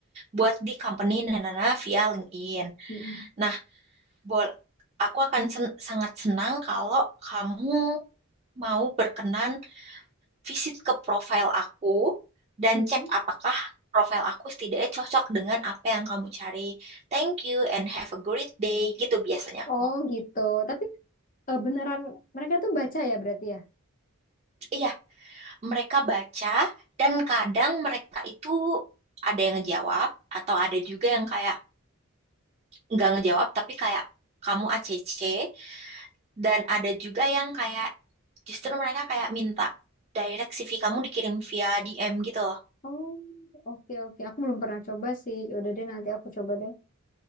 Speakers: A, on the right; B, on the left.
A: buat di company Nanana via LinkedIn.
B: Mm-mm.
A: Nah, bol aku akan sen- sangat senang kalau kamu mau berkenan visit ke profil aku dan
B: Mm-mm.
A: cek apakah profil aku setidaknya cocok dengan apa yang kamu cari. Thank you and have a great day. Gitu biasanya aku
B: Oh,
A: ngomong.
B: gitu. Tapi eh, beneran mereka tuh baca ya berarti ya?
A: Iya, mereka baca dan kadang mereka itu ada yang ngejawab atau ada juga yang kayak nggak ngejawab tapi kayak kamu ACC dan ada juga yang kayak justru mereka kayak minta direct CV kamu dikirim via DM gitu loh.
B: Oh, oke, oke. Aku belum pernah coba sih. Ya Udah deh, nanti aku coba deh.